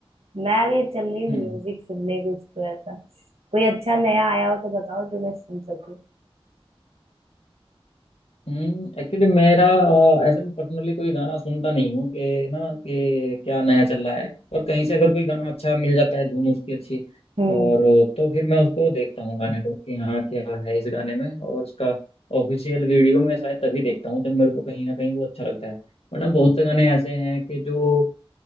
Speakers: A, on the right; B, on the left.
A: मैं भी चल रही हूँ
B: हम्म
A: म्यूजिक सुनने कुछ तो ऐसा कोई अच्छा नया आया हो तो बताओ जो मैं सुन सकूँ
B: हम्म एक्चुअली मेरा अ, ऐसे में पर्सनली कोई गाना सुनता नहीं हूँ कि ना कि क्या नया चल रहा है और कहीं से अगर कोई गाना अच्छा मिल जाता है धुन उसकी अच्छी
A: हम्म
B: और तो फिर मैं उसको देखता हूँ गाने को कि हाँ क्या है इस गाने में और उसका ऑफिशियल वीडियो में शायद तभी देखता हूँ जब मेरे को कहीं ना कहीं वो अच्छा लगता है वरना बहुत से गाने ऐसे हैं कि जो